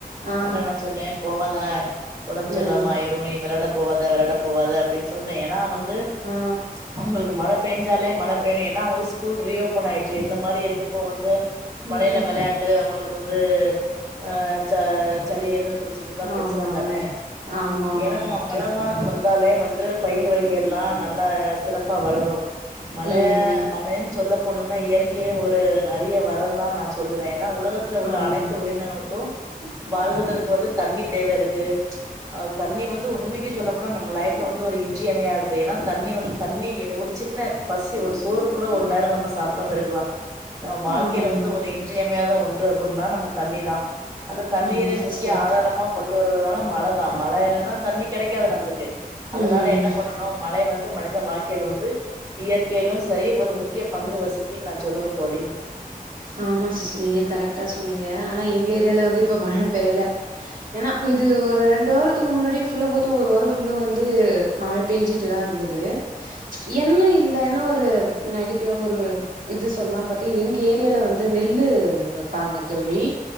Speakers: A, on the right; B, on the right.
A: ஆ
B: அண்ணா நா சொன்னேன் போவாதா ஒடம்புச்சரிலமா
A: ம்
B: ஆயிரும் ந வேளாட போவாத விளாட போவாத அப்டி சொன்னே எனா வந் ந்து
A: ஆ
B: உங்களுக்கு மழ பெஞ்சாலே மல வேண ஏன்னா அவங்களுக்கு ஸ்கூல் ரீஓபன் ஆயிட்டு இந்த மாதிரி இருக்கப்போ வந்து மலைல
A: ம்
B: வெளையாண்டு அவுங்களுக்கு ஒது அ ச சலி ஏதும் புடுச்சுட்ருந்தா ப்ரச்சன
A: ஆமா
B: தான
A: ஆமா ஆமா ஆமா
B: ஏன்னா
A: சிஸ்டர்
B: மலகாலன் வந்தாலே வந் து பயிர் வகைகலா எல்லான் நல்ல சிறப் ப்பா வளரு ல
A: ம்
B: மலென் சொல்ல போனும்னா இயற்கியென்னு ஒரு அரிய வரந்தா நா சொல்லுவே ஏன்னா உலகத்து உள்ள
A: ஆமா
B: அனைத்து உயிரினங்களுக்கும் வால்வதற்கு வந்து தண்ணி தேவ இருக்கு ச் தண்ணி வந்து உண்மக்கு சொல்லப்போனா நம்ம லைப் ட் ல வந்து ஒரு இன்றியமையாது ஏன்னா தண்ணி வல் தண்ணி எ ஒரு சின்ன பசி ஒரு சோறு கூட ஒரு நேரொ நம்ப சாப்டாம இருக்கலாம் நம் வால்க்கைல
A: ஆமா ஆமா
B: வந்து ஒரு இன்றியம் ம்யாத ஒன்று அப்புட்னா நம்ப தண்ணி தான் அந்த தண்ணீரே
A: ஆமா சிஸ்டர்
B: முக்ய ஆதாரமா கொண்டு வருவ நாளா மழ தா மழ இல்லன்னா தண்ணி கெடைக்காது நம்ளுக்கு அதனால
A: ம்
B: என்ன பண்ணனு மழை வந் து மனித வாழ்க்கைல வந்து இயற்கைலு சரி ஒரு முக்கிய பங்கு வசிக்கின் நா சொல்லுவ தோழி
A: ஆமா சிஸ்டர் நீங்க கரெக்டா சொன்னீங்க ஆனா எங்க ஏரியால வந்து இப்ப மழ பெய்யல ஏனா இது ஒரு ரெண்டு வாரத்துக்கு முன்னாடி ஃபுல்லா போத்து ஒரு வாரொ ஃபுல்லு வந்து மழ பேஞ்சிட்டு தா இருந்துது து என்ன இது துல என்ன ஒரு நெகடிவ் ஒரு இது சொன்னா பத்தி ங்க ஏரியால வந்து நெல்லு வெப்பாங்க தோழி